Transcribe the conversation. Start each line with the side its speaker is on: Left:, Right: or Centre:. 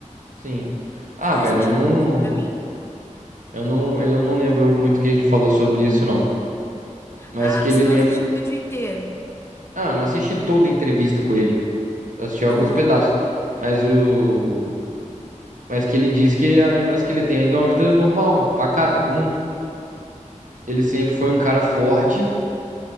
Right: sim, ah,
Left: Não
Right: velho,
Left: Faz sentido
Right: eu não,
Left: muito pra mim.
Right: eu não, eu não lembro muito o que ele falou sobre isso, não. Mas
Left: Ah,
Right: que
Left: você
Right: ele
Left: não
Right: lembra,
Left: assistiu o vídeo inteiro.
Right: ah, não assisti toda a entrevista com ele, assisti alguns
Left: Aham,
Right: pedaços. Mas o, mas que ele diz que a lembrança que ele tem é de uma vida normal, pacata, comum. Ele sempre foi um cara forte